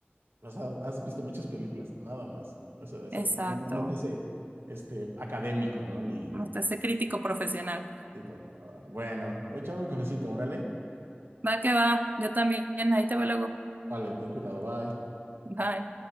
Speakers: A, on the right (about 75°); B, on the right (about 45°).
A: pues, has, has visto muchas películas, nada más. Eso, eso
B: Exacto.
A: no, no- no te hace este, académico, ¿no? Ni,
B: No te hace crítico profesional.
A: Sí, por favor. Bueno, voy a echarme un cafecito, órale.
B: Va que va, yo también, ahí te veo luego.
A: Vale, ten cuidado, bye.
B: Bye.